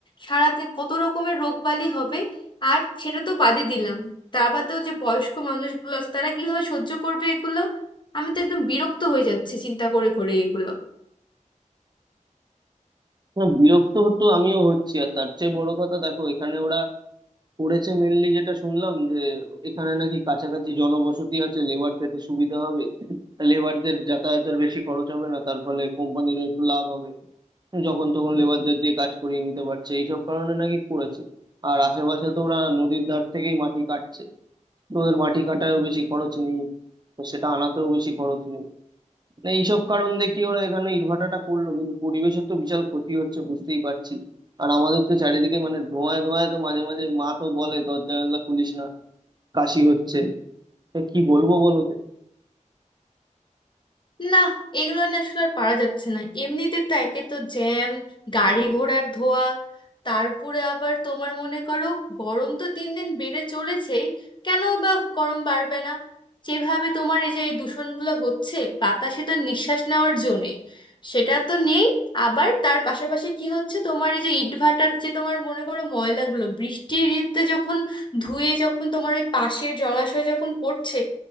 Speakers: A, on the left; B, on the right.
A: সারাতে কত রকমের রোগবালি হবে আর সেটা তো বাদই দিলাম তার বাদেও যে বয়স্ক মানুষগুলো আছে তারা কিভাবে সহ্য করবে এগুলো আমি তো একদম বিরক্ত হয়ে যাচ্ছি চিন্তা করে করে এগুলো
B: হ্যাঁ বিরক্ত হতো আমিও হচ্ছি আর তার চেয়ে বড় কথা দেখো এখানে করেছে মেনলি যেটা শুনলাম যে এখানে নাকি কাছাকাছি জনবসতি আছে লেবার পেতে সুবিধা হবে লেবারদের যাতায়াতের বেশি খরচ হবে না তার ফলে কোম্পানিরও একটু লাভ হবে যখন তখন লেবারদের দিয়ে কাজ করিয়ে নিতে পারছে এইসব কারণে নাকি করেছে আর আশেপাশে তো ওরা নদীর ধার থেকেই মাটি কাটছে তো ওদের মাটি কাটায়ও বেশি খরচ নেই তো সেটা আনাতেও বেশি খরচ নেই না এইসব কারণ দেখি ওরা এখানে ইটভাটাটা করলো কিন্তু পরিবেশের তো বিশাল ক্ষতি হচ্ছে বুঝতেই পারছি আর আমাদের তো চারিদিকে মানে ধোঁয়ায় ধোঁয়ায় তো মাঝে মাঝে মা তো বলে দরজা জানলা খুলিস না কাশি হচ্ছে তা কি বলবো বলো তো?
A: না এগুলো না আসলে আর পারা যাচ্ছে না এমনিতে তো একে তো জ্যাম গাড়ি ঘোড়ার ধোয়া তারপরে আবার তোমার মনে করো গরম তো দিন দিন বেড়ে চলেছেই কেন বা গরম বাড়বে না যেভাবে তোমার এই যে এই দূষণগুলো হচ্ছে বাতাসে তো নিঃশ্বাস নেওয়ার জন্যে সেটা তো নেই আবার তার পাশাপাশি কি হচ্ছে তোমার এই যে ইটভাটার যে তোমার মনে করো ময়লাগুলো বৃষ্টির ইতে যখন ধুয়ে যখন তোমার ওই পাশের জলাশয় যখন পড়ছে